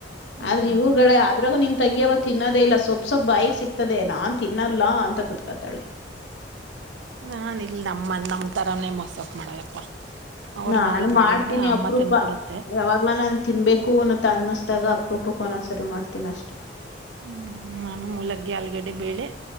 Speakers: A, on the right; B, on the left.
A: ಹ್ಮ್
B: ಆದ್ರೆ ಇವ್ರುಗಳೆ ಅದ್ರಾಗೂ ನಿ ತಂಗ್ಯವ ತಿನ್ನದೇ ಇಲ್ಲ. ಸೊಪ್ ಸೊಪ್ ಬಾಯಿಗ್ ಸಿಕ್ತದೆ ನಾನ್ ತಿನ್ನಲ್ಲ ಅಂತ ಕುತ್ಕತಾಳೆ.
A: ನಾನ್ ಇಲ್ ನಮ್ಮ ನಮ್ ತರಾನೇ ಮಸಪ್ಪ ಮಾಡದಪ್ಪ. ಅವ್ರ
B: ನಾನು
A: ಮನೇಲಿ
B: ಮಾಡ್ತೀನಿ
A: ಮಾಡಿದಾಗ ಅಮ್ಮ
B: ಅಪರೂಪ
A: ತಂದಕೊಡುತ್ತೆ
B: ಯಾವಾಗ್ಲ ನಾನು ತಿನ್ಬೇಕು ಅನ್ನುತ ಅನ್ನಸ್ದಾಗ. ಅಪ್ ರೂಪಕೊಂದು ಸರಿ ಮಾಡ್ತೀನಿ ಅಷ್ಟೆ.
A: ಹ್ಮ್ ನಾನು ಮೂಲಗ್ಗಿ ಆಲ್ಗಡೆ ಬೇಳೆ